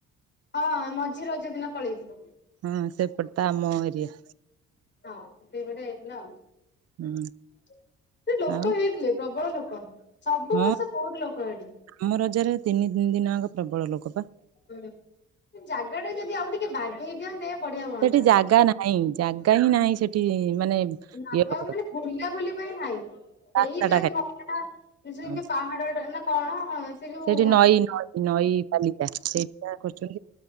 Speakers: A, on the left; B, on the right.
A: ହଁ ମଝି ରଜ ଦିନ ପଳେଇଥିଲୁ।
B: ହଁ ସେପଟେ ତ ଆମ ଏରିଆ।
A: ହଁ ସେପଟେ ହେଇଥିଲା ଆଉ
B: ହୁଁ
A: ଲୋକ
B: ଆଉ
A: ହେଇ ଥିଲେ ପ୍ରବଳ ଲୋକ ସବୁ
B: ହଁ
A: ବର୍ଷ ବୋହୁତ ଲୋକ ହେ଼ଟି।
B: ଆମ ରଜରେ ତିନି ତିନି ଦିନ ଆଗ ପ୍ରବଳ ଲୋକ ପା।
A: ହୁଁ ଏ ଜାଗା ଟା ଯଦି ଆଉ ଟିକେ ବାଗେଇ ଦିଅନ୍ତେ। ବଢିଆ ହୁଅନ୍ତା।
B: ସେଠି ଜାଗା ନାହିଁ ଜାଗା ହିଁ ନାହିଁ ସେଠି ମାନେ
A: ନାହିଁ
B: ଇଏ ହବ
A: ଆଉ ମାନେ ବୁଲା ବୁଲି ପାଇଁ ନାହିଁ। ସେଇ
B: ରାସ୍ତା ଟା ଖାଲି
A: ଯୋଉ ଝରଣା ସେ
B: ହଁ
A: ଯୋଉ ପାହାଡ ଟା ନା କଣ ସେ ଯୋଉ
B: ସେଠି ନଈ ନଈ ନଈ ବାଲିଟା ସେଇଟା କରୁଛନ୍ତି